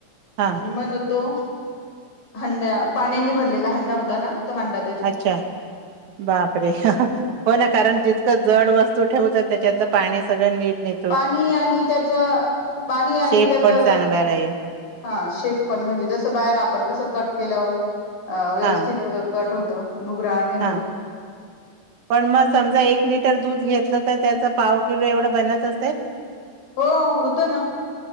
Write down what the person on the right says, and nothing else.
हा
अच्छा, बापरे हं हं हो ना करण जी तक जड वस्तू ठेऊ, तर त्याच्यातलं पाणी सगळं नीट ने
शेप
पण चांगला राहील
हा
हा पण मग समजा एक लिटर दूध घेतलं, तर त्याचं पाव किलो एवढं बनत असेल?